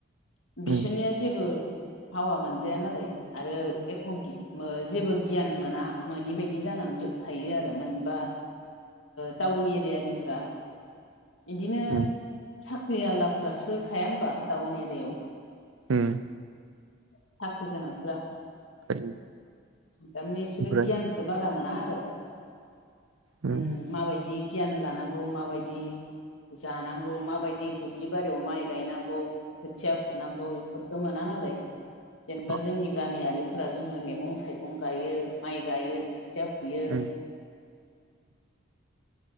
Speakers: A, on the left; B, on the right.
A: बिसोरनिया
B: उम
A: जेबो हावा मोनजाया नालाय आरो एख' जेबो गियान मोना मनि बायदि जानानै थायो आरो मानबा टाउन एरियानिफोरा इदिनो
B: उम
A: साख्रि आललाफोरासो थाया होनबा टाउन एरियायाव
B: होम
A: साख्रि गोनांफोरा
B: थायो
A: थारमाने बिसोरो
B: ओमफ्राय
A: गियानख खो बारा मोना आरो
B: उम
A: ओम माबायदि गियान लानांगौ माबायदि जानांगौ माबायदि दुब्लि बारियाव माइ गायनांगौ खोथिया फुनांगौ बेफोरखौ मोना नालाय जेनेबा
B: अ
A: जोंनि गामियारि फोरा जोङो मैगं थाइगं गायो माइ गायो खोथिया फुयो।
B: उम
A: <unintelligible>